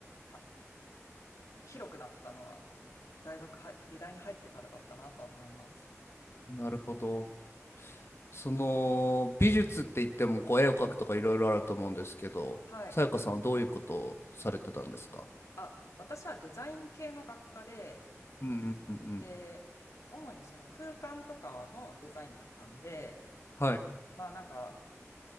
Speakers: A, on the left; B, on the left.
A: あ広くなったのは大学は、美大に入ってからだったなとは思います。
B: なるほど。その美術って言ってもこう絵を描くとかいろいろあると思うんですけどさやかさんはどういうことをされてたんですか
A: はい。あ、私はデザイン系の学科で、
B: うんうんうんうん。
A: で、主にその空間とかのデザインだったんで、
B: はい。
A: まあなんか、